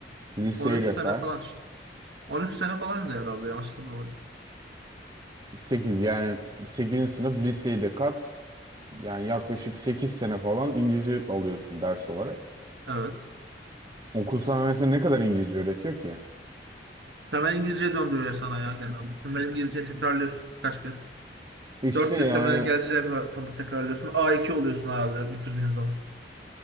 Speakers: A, on the right (about 30°); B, on the right (about 75°).
A: Liseyi
B: On üç
A: de
B: sene
A: say.
B: falan işte. on üç sene falan da herhalde yanlış hatırlamıyorsam.
A: Sekiz yani sekizinci sınıf liseyi de kat. Yani yaklaşık 8 sene falan İngilizce alıyorsun ders olarak.
B: Evet.
A: Okul sana mesela ne kadar İngilizce öğretiyor ki?
B: Temel İngilizce döndürüyor sana ya genelde. Temel İngilizce tekrarlıyorsun kaç kez.
A: İşte
B: 4
A: yani
B: kez temel İngilizce tam- tekrarlıyorsun. a iki oluyorsun herhalde bitirdiğin zaman.